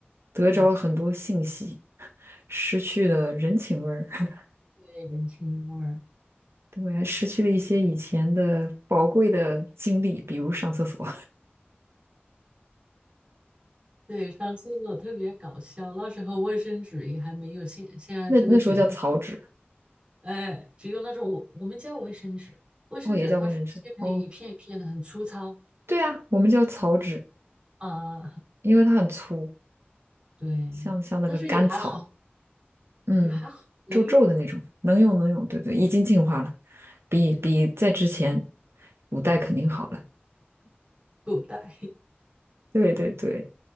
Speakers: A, on the right; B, on the right.
A: 得着了很多信息，
B: 嗯，
A: 失去了人情味儿，<laughs>
B: 对，人情味儿。
A: 对，还失去了一些以前的宝贵的经历，比如上厕所，
B: 对，上厕所特别搞笑，那时候卫生纸也还没有现现在这个卷
A: <laughs> 那那时候叫草纸，
B: <laughs>。哎，只有那种我我们叫卫生纸，卫生纸它是切成一片一片的，
A: 哦，也叫卫生纸，哦，
B: 很粗糙
A: 对啊，我们叫草纸，
B: 啊，
A: 因为它很粗，
B: 对，
A: 像像那个干草。
B: 但是也还好，
A: 嗯，
B: 也还好能用，
A: 皱皱的那种，能用能用，对对，已经进化了，比比在之前
B: 对，
A: 古代肯定好了。
B: 够带
A: 对对对，